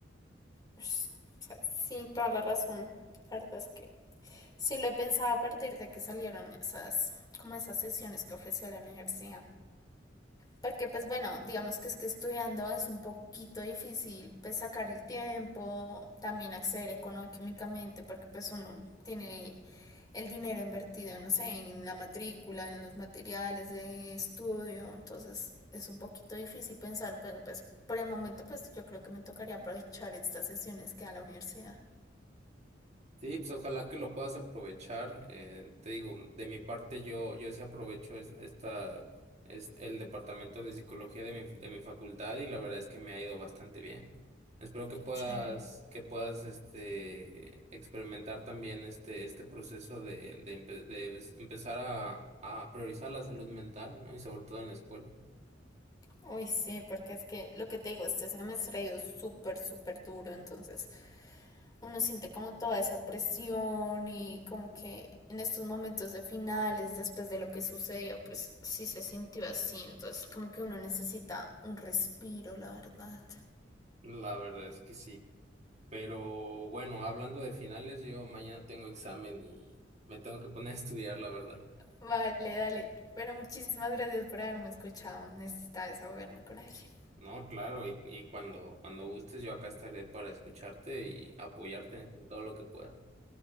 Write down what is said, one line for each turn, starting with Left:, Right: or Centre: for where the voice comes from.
Left: Pues, o sea, sí, toda la razón. La verdad es que sí lo he pensado a partir de que salieron esas, como esas sesiones que ofrecía la universidad. Porque pues bueno, digamos que es que estudiando es un poquito difícil pues sacar el tiempo, también acceder económicamente, porque pues uno tiene el dinero invertido, no sé, en la matrícula, en los materiales de estudio, entonces es un poquito difícil pensar, pero pues por el momento pues yo creo que me tocaría aprovechar estas sesiones que da la universidad.
Right: Sí, pues ojalá que lo puedas aprovechar. eh, te digo, de mi parte yo, yo sí aprovecho es- esta, es el departamento de psicología de mi, de mi facultad y la verdad es que me ha ido bastante bien. Espero que
Left: Qué
Right: puedas,
Left: chévere.
Right: que puedas este, experimentar también este, este proceso de, de, empe- de es- empezar a, a priorizar la salud mental, ¿no? Y sobre todo en la escuela.
Left: Uy, sí, porque es que lo que te digo, este semestre ha ido súper, súper duro, entonces uno siente como toda esa presión y como que en estos momentos de finales, después de lo que sucedió, pues sí se sintió así. Entonces como que uno necesita un respiro, la verdad.
Right: La verdad es que sí. Pero bueno, hablando de finales, yo mañana tengo examen y me tengo que poner a estudiar, la verdad.
Left: Vale, dale. Pero muchísimas gracias por haberme escuchado. Necesitaba desahogarme con alguien.
Right: No, claro, y, y cuando, cuando gustes, yo acá estaré para escucharte y apoyarte en todo lo que pueda.